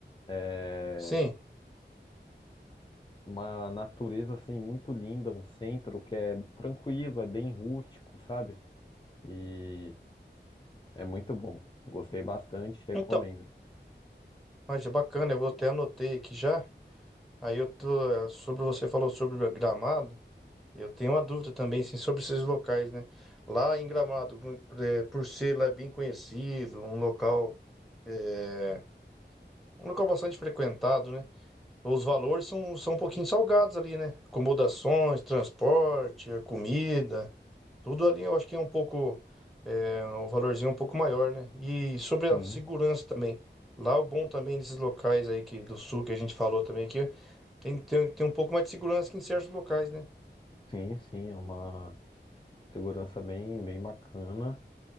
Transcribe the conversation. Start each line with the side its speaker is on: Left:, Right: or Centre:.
Left: É
Centre: Sim.
Left: Uma natureza assim muito linda, um centro que é tranquilo, é bem rústico, sabe? e É muito bom. Gostei bastante, recomendo.
Centre: Então, mas é bacana, eu vou até anotei aqui já. Aí eu tô, é, sobre você falou sobre Gramado. Eu tenho uma dúvida também, assim, sobre esses locais, né? Lá em Gramado, por eh, por ser lá bem conhecido, um local, eh, um local bastante frequentado, né? Os valores são, são um pouquinho salgados ali, né? Acomodações, transporte, a comida, tudo ali eu acho que é um pouco, é, um valorzinho um pouco maior, né? E sobre
Left: Sim,
Centre: a segurança também. Lá o bom também desses locais aí que, do sul que a gente falou também aqui, tem, tem, tem um pouco mais de segurança que em certos locais, né?
Left: sim, sim, é uma segurança bem, bem bacana.